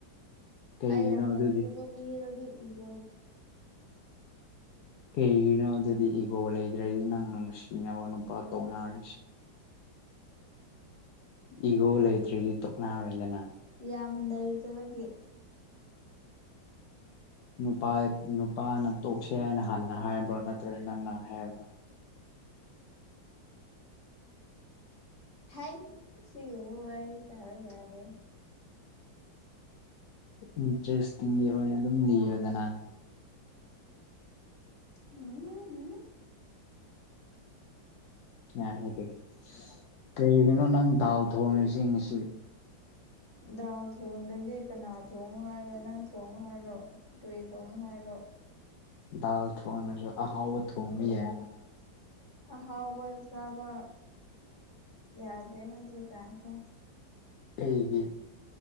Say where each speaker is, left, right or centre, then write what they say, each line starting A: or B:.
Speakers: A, on the left; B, on the left.
A: ꯀꯩꯒꯤꯅꯣ
B: ꯑꯩꯅꯄꯝꯗꯒ
A: ꯑꯗꯨꯗꯤ
B: ꯃꯤꯔꯗꯤ ꯏꯒꯦ
A: ꯀꯩꯒꯤꯅꯣ ꯑꯗꯨꯗꯤ ꯏꯒꯣ ꯂꯩꯗ꯭ꯔꯗꯤ ꯅꯪ ꯅꯨꯡꯁꯤꯅꯕ ꯅꯨꯄꯥ ꯇꯣꯛꯅꯔꯤꯁꯦ ꯏꯒꯣ ꯂꯩꯇ꯭ꯔꯦꯗꯤ ꯇꯣꯛꯅꯔꯣꯏꯗꯅ
B: ꯌꯥꯝ ꯂꯩꯩꯖꯕꯒꯦ
A: ꯅꯨꯄꯥ ꯅꯨꯄꯥꯅ ꯇꯣꯛꯁꯦ ꯍꯥꯏꯅ ꯍꯥꯟꯅ ꯍꯥꯏꯕ꯭ꯔꯥ ꯅꯠꯇ꯭ꯔꯒ ꯅꯪꯅ ꯍꯥꯏꯔꯕ꯭ꯔꯥ
B: ꯍ ꯁꯤ ꯍꯃꯨ ꯋꯥꯔꯤ ꯆ ꯍ ꯌꯥꯔꯗꯦ
A: ꯏꯟꯇꯔꯦꯁꯇꯤꯡꯒꯤ ꯑꯣꯏꯅ ꯑꯗꯨꯝ ꯂꯤꯌꯦꯗꯅ
B: ꯎꯝ
A: ꯑ ꯍꯥꯏꯗꯗꯤ ꯀꯩꯒꯤꯅꯣ ꯅꯪ ꯗꯥꯎ ꯊꯣꯡꯉꯁꯤ ꯉꯁꯤ
B: <inaudible> ꯗꯥꯜ ꯊꯣꯡꯗ꯭ꯔꯗꯤ ꯀꯅꯥ ꯊꯣꯡ ꯍꯥꯏꯥꯏꯔꯣ ꯅꯪ ꯊꯣꯡ ꯍꯥꯏꯔꯣ ꯀꯔꯤ ꯊꯣꯡ ꯍꯥꯏꯥꯏꯔꯣ
A: ꯊ ꯑꯥꯎ ꯊꯣꯡꯃꯤ ꯌꯥ
B: ꯍꯥꯎꯕ ꯆꯥꯕ ꯌꯥꯗ꯭ꯔꯦ ꯍꯧꯖꯤꯛꯀꯁꯦ
A: ꯍꯦꯡ ꯍ